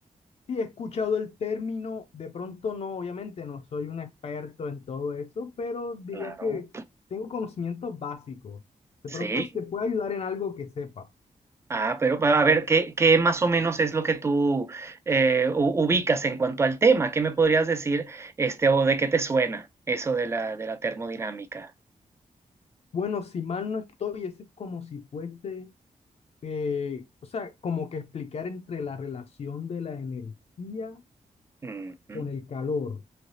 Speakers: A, on the left; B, on the right.
A: Sí, he escuchado el término, de pronto no, obviamente no soy un experto en todo eso, pero diría
B: Claro.
A: que tengo conocimientos básicos. De
B: Sí.
A: pronto se te puede ayudar en algo que sepa.
B: Ah, pero va, a ver, ¿qué, qué más o menos es lo que tú eh, u- ubicas en cuanto al tema? ¿Qué me podrías decir este, o de qué te suena eso de la, de la termodinámica?
A: Bueno, si mal no estoy, ese es como si fuese, eh, o sea, como que explicar entre la relación de la energía
B: Ujú.
A: con el calor.